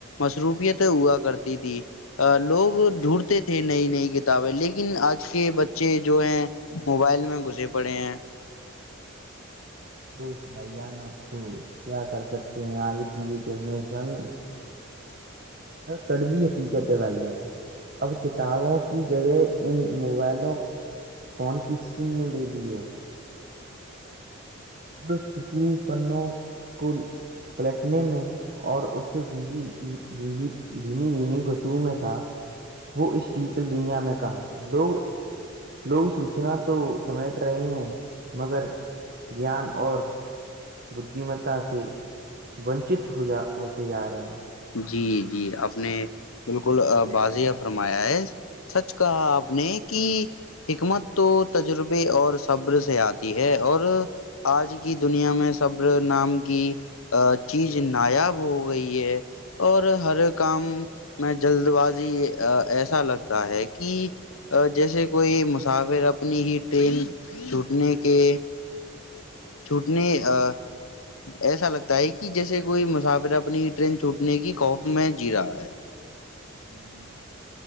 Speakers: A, on the left; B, on the right.
A: شروفیت ہوا کرتی تھی ا لوگ ڈھونڈتے تھے نئی نئی کتابیں لیکن آج کے بچے جو ہیں موبائل میں گھسے پڑے ہیں
B: بوس بھائی جان اب توو کیا کر سکتے ہیں آج کی یہ جنریشن کڑوی حقیقت ہے بھائی ار اب کتابوں کی جگہ ان موبائلوں فون کی اسکن نے لے لی ہے بس سکو پنوں کو پلٹنے میں اور اس سے بیی بینی بنیی کو سو میں تھا وہ اس ٹیچل دنیا میں کہا لوگ لوگ سوچنا تو سمیٹ رہے ہیں مگر گیان اور بددیمتا سے ونچت ہوا ہوتے جا رہے ہیں
A: جی جی آپ نے بالکل بض فرمایا ہے سچ کہا آپ نے کی حکمت تو تجربے اور صبر سے آتی ہے اور آج کی دنیا میں سبر نام کی ا چیز نایاب ہو گئی ہے اور ہر کام میں جلد بازی ایسا لگتا ہے کہ جیسے کوئی مسافر اپنی ہی ٹرین چھٹنے کے چھوٹنی ا ایسا لگتا ہے کہ جیسے کوئی مسافر اپنی ٹرین چوٹنے کی خوف میں جی رہا ہے
B: جی